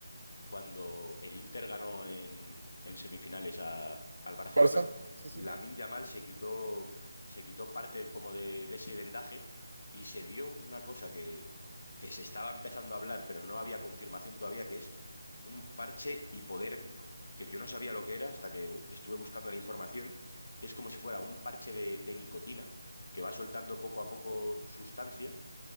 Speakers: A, on the left; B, on the right.
A: cuando el Inter ganó en, en semifinales a- al Barcelona,
B: Barça. Sí, sí,
A: Lamine
B: sí.
A: Yamal se quitó, se quitó parte como de, de ese vendaje y se vio una cosa que, que se estaba empezando a hablar, pero no había confirmación todavía, que es un parche hipodérmico, que yo no sabía lo que era hasta que estuve buscando la información, que es como si fuera un parche de, de nicotina que va soltando poco a poco sustancia